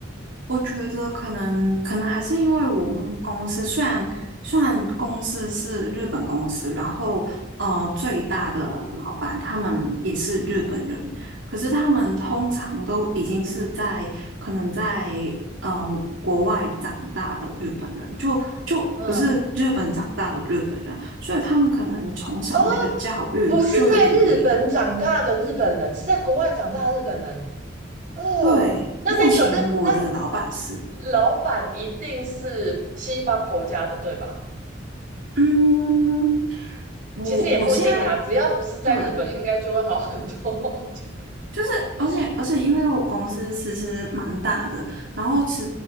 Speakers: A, on the right; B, on the right.
A: 我觉得可能可能还是因为我们公司虽然虽然公司是日本公司，然后呃最大的老板他们也是日本人，可是他们通常都已经是在可能在呃国外长大的日本人，就就不是日本长大的日本人，
B: 嗯，
A: 所以他们可能从小那个教育就有点不一样。
B: 哦，不是在日本长大的日本人，是在国外长大的日本人。哦，
A: 对，
B: 那那个日，
A: 目前我的老板是。
B: 那老板一定是西方国家的，对吧？
A: 嗯，我我现在
B: 其实也不一定啦，只要不是在日本，
A: 对
B: 应该就会好很多。<laughs> 我觉得
A: 就是，而且而且，因为我公司其实蛮大的，然后其